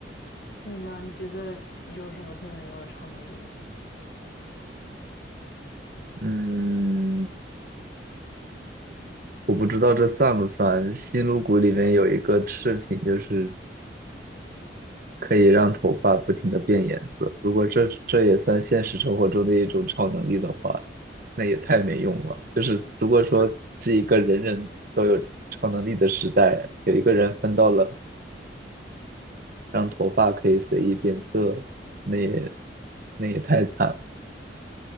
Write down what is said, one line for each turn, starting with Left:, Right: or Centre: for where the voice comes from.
Left: 你呢？你觉得有什么特别没用的超能力？
Right: 嗯，我不知道这算不算。新露谷里面有一个饰品，就是可以让头发不停的变颜色。如果这这也算现实生活中的一种超能力的话，那也太没用了。就是如果说是一个人人都有超能力的时代，
Left: <laughs>
Right: 有一个人分到了。让头发可以随意变色，
Left: 嗯，
Right: 那也那也太惨了，